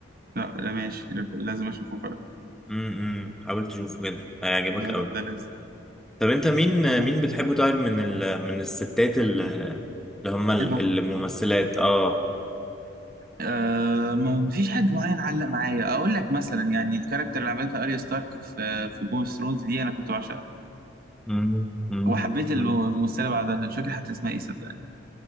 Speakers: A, on the right; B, in the centre.
A: لا لا ماشي لا- لازم اشوفه فعلا
B: امم حاول تشوفه كده هيعجبك
A: لا
B: قوي
A: لا ده لازم
B: طب أنت مين
A: آه،
B: مين بتحبه طيب من ال... من الستات ال- اللي هم ال-
A: المهم
B: الممثلات اه
A: آه ما ما فيش حد معين علق معايا اقول لك مثلا يعني الكاركتر اللي عملتها اريا ستارك في في جيم اوف ثرونز دي انا كنت بعشقها
B: مم. مم.
A: وحبيت الم-
B: مم.
A: الممثله بعدها مش فاكر حتى اسمها ايه صدقني